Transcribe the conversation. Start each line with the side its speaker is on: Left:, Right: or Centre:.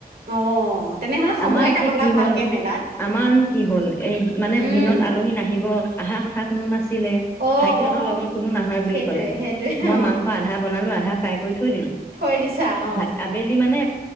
Right: অ' তেনেহলে সময়ে
Left: আমাৰ একে
Right: নাপালা
Left: কি
Right: ভালকে
Left: হ'ল
Right: মেলাত
Left: আমাৰনো কি হ'ল? এই মানে
Right: উম
Left: দিনত আলহী নাহিব আহাৰ কথা কোনো নাছিলে,
Right: অ'
Left: ভাইটিহঁতৰ
Right: অ'
Left: লগৰ কোনো নাহে বুলি
Right: সেইটোয়ে
Left: ক'লে।
Right: সেইটোয়ে
Left: মই
Right: অ'
Left: মাংস আধা বনালো আধা ফ্ৰাই কৰি থৈ দিলো।
Right: থৈ দিছা অ'।
Left: ভাত আবেলি মানে